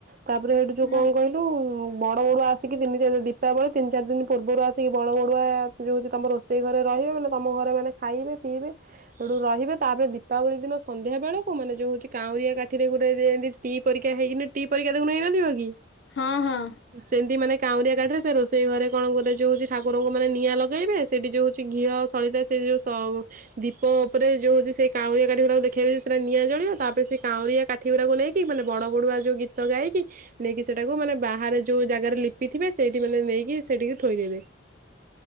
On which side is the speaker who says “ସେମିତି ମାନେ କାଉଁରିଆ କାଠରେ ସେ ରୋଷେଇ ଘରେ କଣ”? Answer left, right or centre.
Right